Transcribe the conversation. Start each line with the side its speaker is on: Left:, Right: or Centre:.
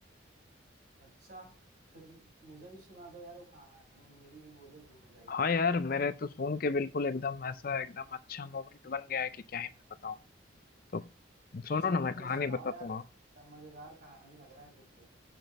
Right: अच्छा फिर मुझे भी सुना दो यार वो कहानी मेरी भी बोरियत दूर हो जाएगी
Left: हाँ यार मेरे तो सुन के बिल्कुल एकदम ऐसा एकदम अच्छा मोमेंट बन गया है कि क्या ही मैं बताऊँ तो सुनो
Right: अच्छा
Left: ना
Right: तो
Left: मैं
Right: फिर
Left: कहानी
Right: सुनाओ
Left: बताता
Right: यार
Left: हूँ
Right: क्या मजेदार कहानी लग रहा है फिर तो